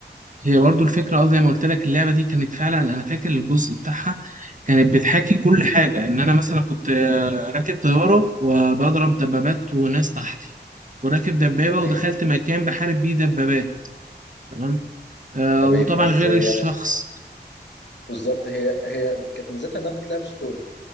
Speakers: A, on the right; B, on the left.
A: هي برضو الفكرة اه زي ما قلت لك اللعبة دي كانت فعلا أنا فاكر الجزء بتاعها كانت بتحاكي كل حاجة إن أنا مثلا كنت آه، راكب طيارة وبضرب دبابات وناس تحتي وراكب دبابة
B: تمام
A: ودخلت مكان بحارب بيه دبابات تمام آه
B: تمام
A: وطبعا
B: بس
A: غير
B: هي
A: الشخص
B: بالظبط هي هي كانت ميزتها انها بتلعب ستوري